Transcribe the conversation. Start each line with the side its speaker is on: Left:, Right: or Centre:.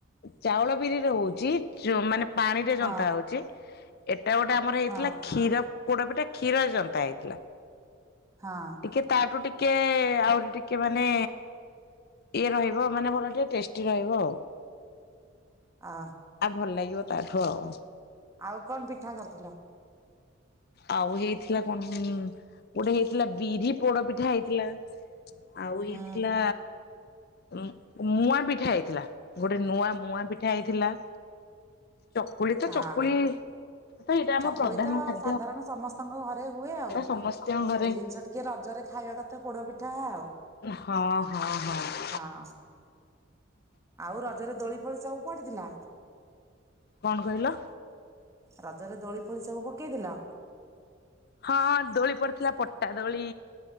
Left: ଚାଉଳ ବିରିରେ ହଉଛି ଚ୍ ମାନେ ପାଣି ରେ
Right: ହଁ
Left: ଯନ୍ତା ହଉଚି। ଏଟା ଗୋଟେ ଆମର ହେଇଥିଲା
Right: ହଁ
Left: କ୍ଷୀର ପୋଡପିଠା କ୍ଷୀରରେ ଯନ୍ତା ହେଇଥିଲା।
Right: ହଁ।
Left: ଟିକେ ତାଠୁ ଟିକେ ଆହୁରି ଟିକେ ମାନେ ଇଏ ରହିବ ମାନେ ଭଲ ଟିକେ ଟେଷ୍ଟି ରହିବ ଆଉ।
Right: ଅହ।
Left: ଭଲ୍ ଲାଗିବ ତାଠୁ ଆଉ।
Right: ଆଉ କଣ ପିଠା କରିଥିଲ?
Left: ଆଉ ହେଇଥିଲା କଣ ଉଁ ଗୋଟେ ହେଇଥିଲା ବିରି ପୋଡ଼ପିଠା ହେଇଥିଲା। ଆଉ ହେଇଥିଲା
Right: ହୁଁ।
Left: ଉଁ ମୁଆଁ ପିଠା ହେଇଥିଲା ଗୋଟେ ନୂଆ ମୁଆଁ ପିଠା ହେଇଥିଲା। ଚକୁଳି ତ
Right: ହଁ
Left: ଚକୁଳି ତ ଏଇଟା ଆମ
Right: ଚକୁଳି
Left: ପ୍ରଧାନ
Right: ତ
Left: ଖା
Right: ସାଧାରଣ ସମସ୍ତଙ୍କ ଘରେ ହୁଏ ଆଉ
Left: ସମସ୍ତଙ୍କ ଘରେ
Right: ଏଇ ଜିନିଷ ଟିକେ ରଜରେ ଖାଇବା କ ଥ ପୋଡ଼ପିଠା ଆଉ।
Left: ହଁ ହଁ ହଁ।
Right: ହଁ। ଆଉ ରଜରେ ଦୋଳି ଫୋଳି ସବୁ ପଡ଼ିଥିଲା?
Left: କଣ କହିଲ?
Right: ରଜରେ ଦୋଳି ଫୋଳି ସବୁ ପକେଇଥିଲ?
Left: ହଁ ଦୋଳି ପଡ଼ିଥିଲା ପଟା ଦୋଳି,